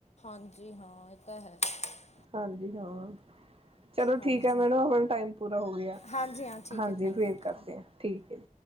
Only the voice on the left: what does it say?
<unintelligible>
ਹਾਂਜੀ
ਹਾਂਜੀ ਹਾਂ ਠੀਕ
ਹੈ ਥੈਂਕ
ਯੂ